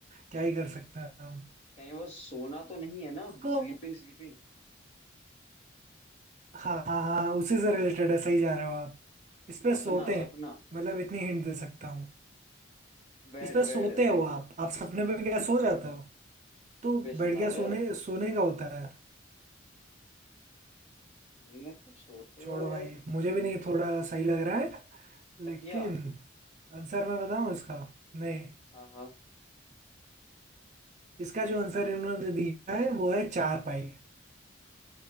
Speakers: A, on the right; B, on the left.
A: क्या ही कर सकते हैं हम
B: कहीं वो सोना तो नहीं है ना
A: इसको
B: Sleeping sleeping
A: हाँ हाँ हाँ उसी से रिलेटेड है सही जा रहे हो आप इस पे
B: सपना
A: सोते हैं
B: सपना
A: मतलब इतनी हिंट दे सकता हूँ
B: Bed
A: इस पे सोते
B: bed
A: हो आप आप सपने में क्या सो जाते हो तो
B: बिस्तर
A: बैठ गया सोने सोने का होता है
B: उनमें तो सोते
A: छोड़ो
B: हो यार
A: भाई मुझे भी नहीं थोड़ा सही लग रहा है
B: तकिया
A: लेकिन आंसर मैं बताऊँ इसका नहीं
B: हाँ हाँ
A: इसका जो आंसर इन्होंने दिया है वो है चार पाई